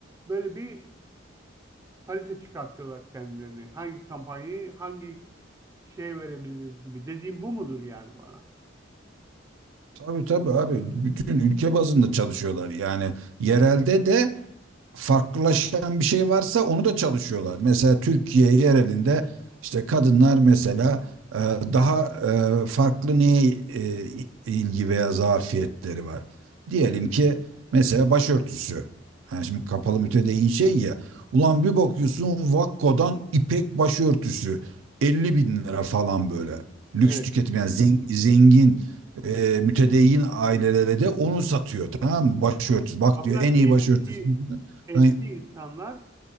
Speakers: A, on the right (about 15°); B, on the right (about 85°).
A: böyle bir harita çıkartıyorlar kendilerini. Hangi kampanyayı hangi şeye verebiliriz gibi. Dediğim bu mudur yani bana?
B: Tabii tabii abi. Bütün ülke bazında çalışıyorlar. Yani yerelde de farklılaşan bir şey varsa onu da çalışıyorlar. Mesela Türkiye yerelinde işte kadınlar mesela e, daha e, farklı neye e, ilgi veya zafiyetleri var. Diyelim ki mesela başörtüsü. Yani şimdi kapalı mütedeyyin şey ya. Ulan bir bakıyorsun Vakko'dan ipek başörtüsü 50 bin lira falan böyle. Lüks
A: Evet.
B: tüketim yani zengin, zengin e, mütedeyyin ailelere de onu satıyor tamam mı? Başörtüsü. Bak
A: Ama
B: diyor en iyi
A: eski
B: başörtüsü
A: eski
B: Ay,
A: insanlar